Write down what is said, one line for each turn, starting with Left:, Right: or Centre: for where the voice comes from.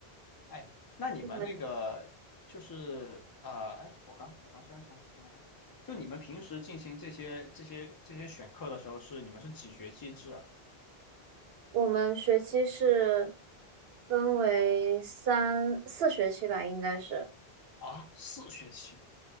Left: 哎，那你们那个就是呃，
Right: 嗯
Left: 哎，我刚我刚虽然想什么来着，就你们平时进行这些这些这些选课的时候是你们是几学期制啊？
Right: 我们学期是分为三四学期吧，应该是。
Left: 啊，四学期。